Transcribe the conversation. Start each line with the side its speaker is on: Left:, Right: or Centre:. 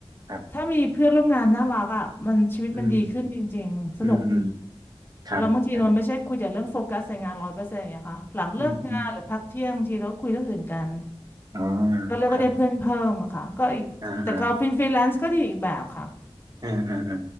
Right: ครับ
Left: ถ้ามีเพื่อนร่วมงานน่ารักอ่ะมันชีวิตมันดีขึ้นจริงๆสนุกดี
Right: อืมอืมอืมครับครับ
Left: แล้วบางทีมันไม่ใช่คุยแต่เรื่องโฟกัสในงานร้อยเปอร์เซ็นต์อย่างเงี้ยค่ะหลังเลิกงานหรือพักเที่ยงบางทีเราก็คุยเรื่องอื่นกัน
Right: อืมอืมอ๋อ
Left: ก็เรียกว่าได้เพื่อนเพิ่มอะค่ะก็อีกแต่ก็เป็นฟรีแลนซ์ก็ดีอีกแบบค่ะ
Right: ครับอ่าอ่าอ่าอ่าอ่า